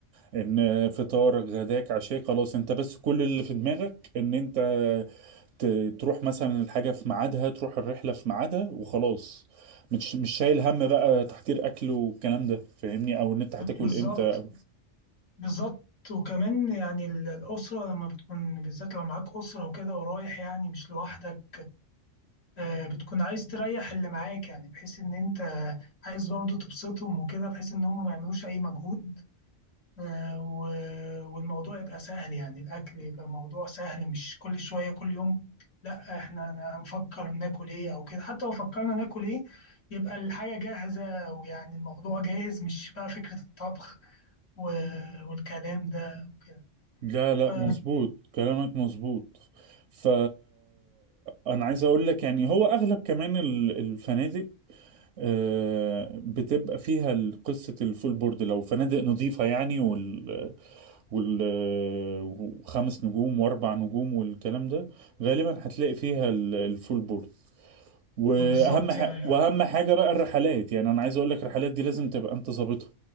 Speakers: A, on the right; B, on the left.
A: ان فطارك غداك عشاك خلاص انت بس كل اللي في دماغك ان انت ت- تروح مثلا الحاجة في ميعادها تروح الرحلة في ميعادها وخلاص مش مش شايل هم بقى تحضير اكل والكلام ده فاهمني او ان انت هتاكل
B: ب- بالظبط
A: امتى
B: بالظبط وكمان يعني ال- الأسرة لما بتكون بالذات لو معاك أسرة وكده ورايح يعني مش لوحدك آه، بتكون عايز تريح اللي معاك يعني بحيث إن أنت عايز برضه تبسطهم وكده بحيث إن هم ما يعملوش أي مجهود آه، و- والموضوع يبقى سهل يعني الأكل يبقى موضوع سهل مش كل شوية كل يوم لا احنا هنفكر ناكل ايه او كده حتى لو فكرنا ناكل ايه يبقى الحاجة جاهزة ويعني الموضوع جاهز مش بقى فكرة الطبخ و- والكلام ده وكده
A: لا لا
B: ف-
A: مظبوط كلامك مظبوط ف انا عايز اقول لك يعني هو اغلب كمان ال- الفنادق آه، بتبقى فيها ال- قصة الفول بورد لو فنادق نظيفة يعني وال- وخمس نجوم واربع نجوم والكلام ده غالبا هتلاقي فيها ال- الفول بورد واهم
B: بالظبط
A: ح...
B: يعني
A: واهم حاجه بقى الرحلات يعني انا عايز اقول لك الرحلات دي لازم تبقى انت ظابطها